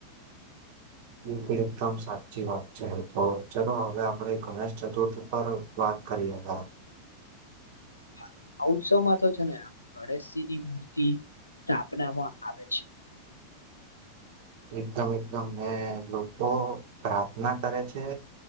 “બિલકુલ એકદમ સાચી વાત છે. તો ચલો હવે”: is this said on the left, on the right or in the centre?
Right